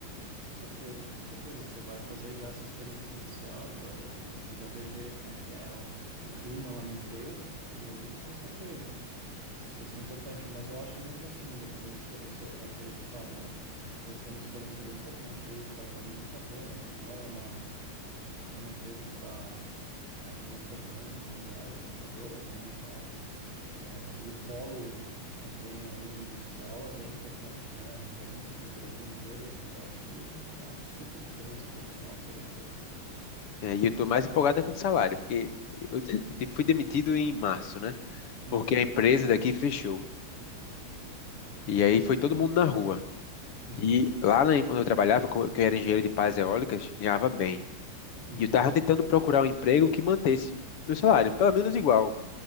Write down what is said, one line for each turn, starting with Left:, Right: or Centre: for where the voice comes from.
Right: Com certeza, com certeza. E você vai fazer já essa experiência inicial, já vai, já vai ver como é que é o, o clima lá na empresa, cara. E aí, com certeza. Isso vai ser importante, mas eu acho que mesmo assim, independente se você vai querer ficar ou não, vai ser uma experiência bem importante aí, que vai valer muito a pena. Afinal, é uma, é uma empresa que está aí entre as grandes mundiais montadoras, né? Então, é, e o polo também aí industrial é bem importante, né? É Referência para o Brasil inteiro, e eu acho que é uma super experiência profissional que você vai ter, cara.
Left: É, e eu tô mais empolgado é com o salário, porque eu te- te- fui demitido em março, né?
Right: Uhum,
Left: Porque a empresa daqui fechou. E aí foi todo mundo na rua.
Right: uhum,
Left: E lá na, onde eu trabalhava, co- que eu era engenheiro de pás eólicas, ganhava bem.
Right: uhum,
Left: E eu tava tentando procurar um emprego que mantesse meu salário, pelo menos igual.